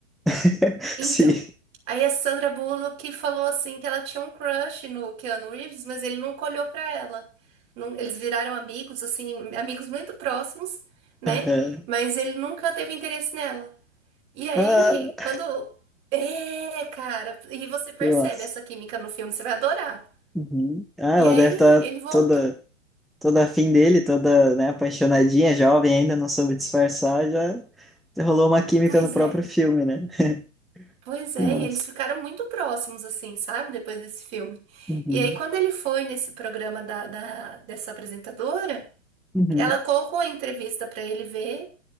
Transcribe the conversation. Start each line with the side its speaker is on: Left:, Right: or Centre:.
Centre: <laughs>
Right: Então,
Centre: Sim,
Right: aí a Sandra Bullock falou assim que ela tinha um crush no Keanu Reeves, mas ele nunca olhou pra ela. Não- eles viraram amigos, assim, amigos muito próximos, né?
Centre: aham.
Right: Mas ele nunca teve interesse nela. E aí,
Centre: Ah,
Right: quando. É, cara. E você percebe
Centre: eu acho.
Right: essa química no filme, você vai adorar.
Centre: Uhum. Ah,
Right: E
Centre: ela
Right: aí,
Centre: deve estar
Right: ele voltou.
Centre: toda, toda afim dele, toda, né, apaixonadinha, jovem ainda, não soube disfarçar, já rolou uma química
Right: Pois
Centre: no próprio
Right: é,
Centre: filme, né? <laughs>
Right: pois
Centre: Que
Right: é.
Centre: massa.
Right: E eles ficaram muito próximos, assim, sabe? Depois desse filme.
Centre: Uhum.
Right: E aí, quando ele foi nesse programa da, da- dessa apresentadora,
Centre: Uhum.
Right: ela colocou a entrevista pra ele ver.